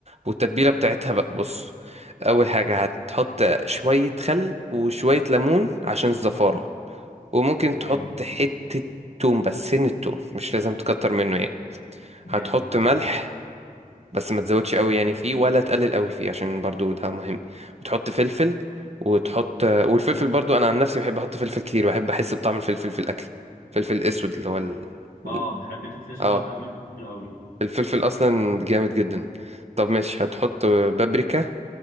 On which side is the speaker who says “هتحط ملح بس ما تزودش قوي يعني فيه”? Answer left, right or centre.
Right